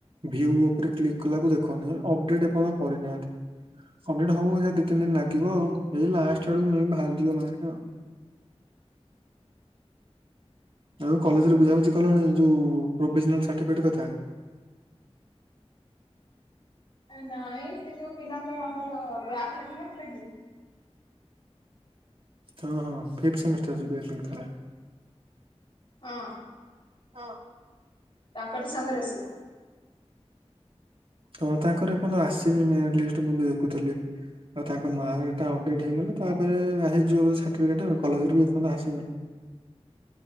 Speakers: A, on the right (about 55°); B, on the left (about 50°).
A: ଭ୍ୟୁ ଉପରେ କ୍ଲିକ୍ କଲା ବେଳକୁ ଦେଖଉନି ଅପଡେଟ କରିନାହାନ୍ତି। ଅପଡେଟ ହବ ଦି ତିନି ଦିନ ଲାଗିବ ଆଉ ଏଇ ଲାଷ୍ଟ ଆଡକୁ ବାହାରିଯିବ ମାର୍କ ଆଉ। ଆଉ କଲେଜରେ
B: ଓହୋ
A: ବୁଝା ବୁଝି କଲଣି ଯୋଉ ପ୍ରୋଭିଜନାଲ ସାର୍ଟିଫିକେଟ କଥା?
B: ନାଇଁ ସେ ଯୋଉ ପିଲାଙ୍କର ଆମର ବ୍ୟାକ ଲାଗିନଥିଲା କିି
A: ହଁ ହଁ ଫିପ୍ଥି ସେମିଷ୍ଟର ଜଉ ବ୍ୟକ୍ ଲାଗିଥିଲା?
B: ହଁ।
A: ହଁ।
B: ତାଙ୍କଠି ସାଙ୍ଗରେ ଆସିବ।
A: ହଁ ତାଙ୍କର ଏପନ୍ତ ଆସିନି ମାର୍କଲିଷ୍ଟ୍ ମୁଁ ଏବେ ଦେଖୁଥିଲି। ଆଉ ତାଙ୍କ ମାଟା ଅପଡେଟ୍ ହେଇଗଲେ ତାପରେ ଆଯିବ ସାର୍ଟିଫିକେଟ କଲେଜରେ ବି ଏପର୍ନ୍ତ ଆସିନି।